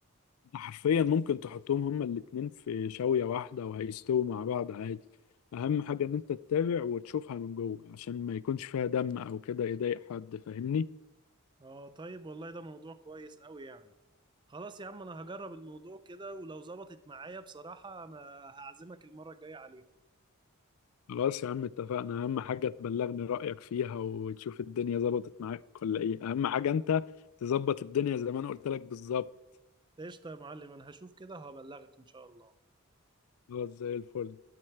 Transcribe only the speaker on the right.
اه طيب والله ده موضوع كويس قوي يعني خلاص يا عم انا هجرب الموضوع كده ولو ظبطت معايا بصراحة انا هعزمك المرة الجاية عليها
قشطة يا معلم انا هشوف كده وهبلغك ان شاء الله